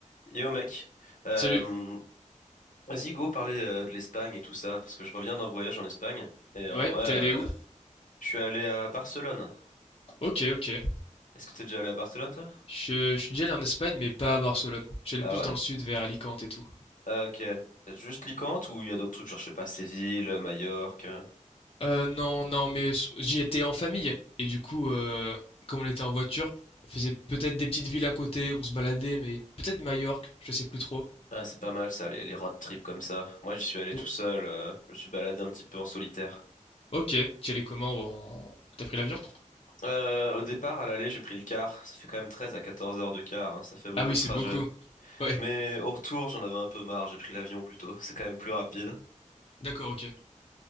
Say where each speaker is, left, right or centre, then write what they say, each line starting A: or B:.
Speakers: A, on the left (about 75°); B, on the left (about 45°).
A: Yo mec, euh,
B: Salut.
A: vas-y go parler euh, de l'Espagne et tout ça, parce que je reviens d'un voyage en Espagne, et en
B: Ouais,
A: vrai, euh,
B: t'es allé où?
A: je suis allé à Barcelone.
B: Ok, ok.
A: Est-ce que t'es déjà allé à Barcelone toi?
B: Je, je suis déjà allé en Espagne, mais pas à Barcelone. J'allais
A: Ah
B: plus
A: ouais?
B: dans le sud, vers Alicante et tout.
A: Ah, ok. Juste Alicante ou il y a d'autres trucs, genre je sais pas, Séville, Majorque. euh.
B: Euh, non, non, mais s- j'y étais en famille. Et du coup, euh, comme on était en voiture, on faisait peut-être des petites villes à côté, on se baladait, mais peut-être Majorque, je sais plus trop.
A: Ah c'est pas mal ça, les, les road trips comme ça. Moi j'y suis allé
B: Ou-
A: tout seul, euh, je me suis baladé un petit peu en solitaire.
B: ok, t'y allais comment? en- T'as pris l'avion?
A: Euh, au départ, à l'aller, j'ai pris le car. Ça fait quand même 13 à 14 heures de car, hein, ça fait beaucoup
B: Ah oui,
A: de
B: c'est
A: trajet.
B: beaucoup. Ouais,
A: Mais au retour, j'en avais un peu marre, j'ai pris l'avion plutôt, c'est quand même plus rapide.
B: d'accord, ok.